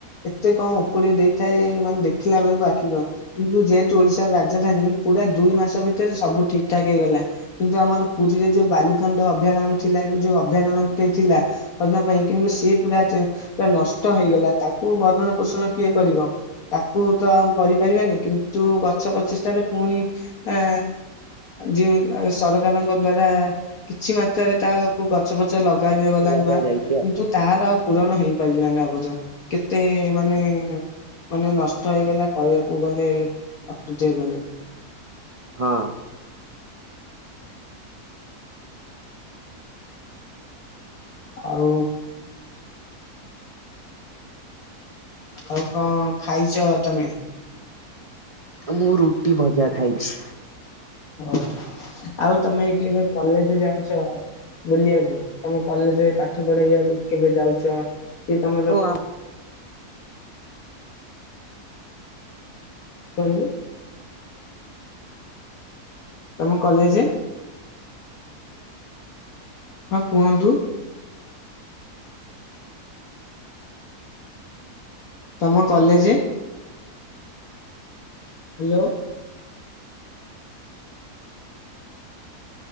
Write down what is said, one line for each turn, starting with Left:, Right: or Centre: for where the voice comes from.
Left: ଏତେ କଣ ଉପଡି ଦେଇଥାଏ ମାନେ ଦେଖ ିଲଥିଲା ବେଳକୁ ଆଖି କ କିନ୍ତୁ ଯେହେତୁ ଓଡିଶାର ରାଜଧାନୀ ପୁରା ଦୁଇ ମାସ ଭିତରେ ସବୁ ଠିକଠାକ ହେଇଗଲା କିନ୍ତୁ ଆମର ପୁରୀରେ ଯୋଉ ବାଲୁ ଖଣ୍ଡ ଅଭୟାରଣ୍ୟ ଥିଲା କି ଯୋଉ ଅଭୟାରଣ୍ୟ ଥିଲା ଅ ପାଇଁ କିନ୍ତୁ ସିଏ ପୁରା ପୁରା ନଷ୍ଟ ହେଇଗଲା ତାକୁ ବରଣ ପୋଷଣ କିଏ କରିବ। ତାକୁ ତ ଆଉ କରିପାରିବାନି କିନ୍ତୁ ଗଛ ପ୍ରଚେଷ୍ଟାରେ ପୁଣି ଆ ଯଉ ସରକାରଙ୍କ ଦ୍ଵାରା କିଛି ମାତ୍ରାରେ ତାକୁ ଗଛ ପଛ ଲଗା ଦିଆଗଲା
Right: ଲଗା
Left: ନୂଆ
Right: ଯାଇଛି
Left: କିନ୍ତୁ
Right: ଆଉ
Left: ତହାର ଆଉ ପୂରଣ ହେଇ ପାଇିଲାନ ଅବଧ କେତେ ମାନେ ମାନେ ନଷ୍ଟ ହେଇଗଲା କହିବାକୁ ଗଲେ ଅକୃତି ହେବନାହିଁ।
Right: ହଁ।
Left: ଆଉ ଆଉ କଣ ଖାଇଛ ତମେ?
Right: ମୁଁ ରୁଟି ଭଜା ଖାଇଛି।
Left: ଓୋ ଆଉ ତମେ କେବେ କଲେଜ ଯାଉଛ? ବୁଲିବାକୁ ତମ କଲେଜରେ ପାଠ ପଢେଇବାକୁ କେବେ ଯାଉଛ। କି ତମର
Right: ଓ
Left: କୁହନ୍ତୁ। ତମ କଲେଜ ହଁ କୁହନ୍ତୁ। ତମ କଲେଜ ହ୍ୟାଲୋ।